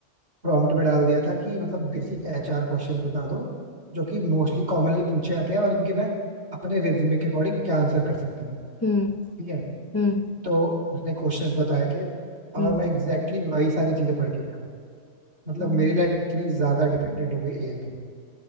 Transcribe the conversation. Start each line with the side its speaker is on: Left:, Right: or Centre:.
Right: प्रॉम्प्ट में डाल दिया था कि मतलब बेसिक एचआर क्वेश्चंस बता दो जो कि मोस्टली कॉमनली पूछे जाते हैं और इनके मैं अपने रिज्यूमे के अकॉर्डिंग क्या आंसर कर सकता हूँ
Left: हम्म
Right: ठीक है
Left: हम्म
Right: तो उसने क्वेश्चंस बताए थे
Left: हम्म,
Right: और मैं एग्जैक्टली exactly वही सारी चीजें पढ़ के गया मतलब
Left: हम्म।
Right: मेरी लाइफ इतनी ज्यादा डिपेंडेंट हो गई एआई पे